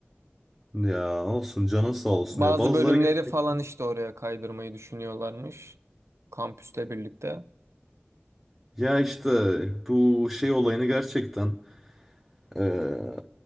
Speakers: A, in the centre; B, on the right.
A: Ya olsun canın sağ olsun
B: Bazı
A: ya bazıları
B: bölümleri
A: gerçekten
B: falan işte oraya kaydırmayı düşünüyorlarmış. Kampüste birlikte.
A: ya işte bu şey olayını gerçekten eee,